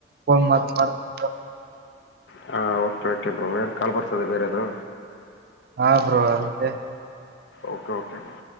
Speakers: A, on the right; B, on the left.
A: ಮತ್ ಮಾಡ್ತನ್
B: ಹಾ ಓಕೆ ಕೆ ಬ್ರೋ ಏನ್ ಕಾಲು ಬರ್ತದೆ ಬೇರೆದು
A: ಹಾ ಬ್ರೋ ಅದಕ್ಕೆ
B: ಓಕೆ ಓಕೆ ಬ್ರೋ